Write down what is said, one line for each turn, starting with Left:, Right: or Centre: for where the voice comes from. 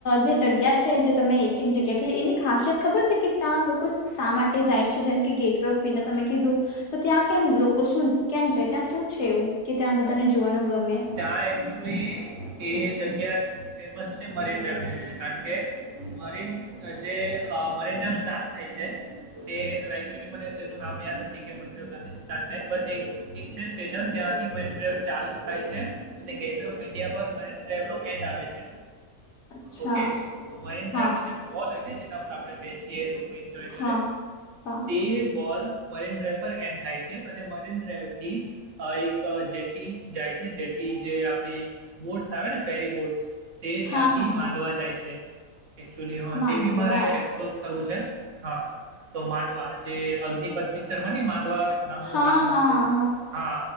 Left: જે જગ્યા છે જે તમે એક એક જગ્યા કે એની ખાસિયત ખબર છે કે ત્યા લોકો જ શા માટે જાય છે જેમ કે ગેટવે ઓફ ઇન્ડિયા તમે કીધું તો ત્યાં કેમ લોકો શું કેમ જાય ત્યાં શું છે એવું કે ત્યાં બધાને જોવાનું ગમે
Right: ત્યાં એકચુઅલી એ જગ્યા ફેમસ છે મન ડ્રાઈવ લ કારણ કે મરીન જે મરીન ડ્રાઈવ સ્ટાર્ટ થાય છે તે એકચલી મને તેનું નામ યાદ નથી કે મન ડ્ર ક્યાંથી સાર્ટ થાય છે સ્ટેશન ત્યાંથી મન ડાઈ ચાલુ થાય છે ગેટ ઓ ઇન્ડિયા એડ આવે છે
Left: અચ્છા
Right: ઓકે તો મરીન ડ્રાઈવ
Left: હા
Right: ની જે બોલ હોય ને જે પર આપણે બેસીએ લોકો એન્જોય કરે
Left: હા હા
Right: તે વોલ મરીન ડ્રાઈવ પર એન્ડ થાય છે અને મરીન ડ્રાઈવ થી એક જેટી જાય છે જે જે આપડી બોટ્સ આવે ને ફેરી બોટ્સ તે ત્યાંથી
Left: હા હા
Right: માંડવા
Left: હા
Right: જાય છે એચલી હા
Left: માંડવા
Right: તે બી મારે એક્પ છે હા તો માંડવા જે અગ્નિપથ પિક્ચર માં ની માંડ અંડવા નામનું
Left: હા
Right: ગામ
Left: હા
Right: હતું હા